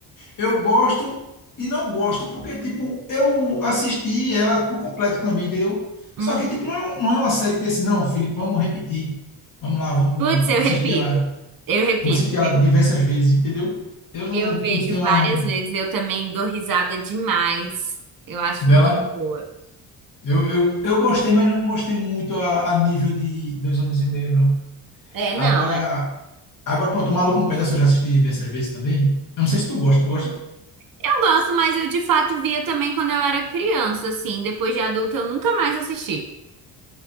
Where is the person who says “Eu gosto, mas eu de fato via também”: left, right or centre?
Right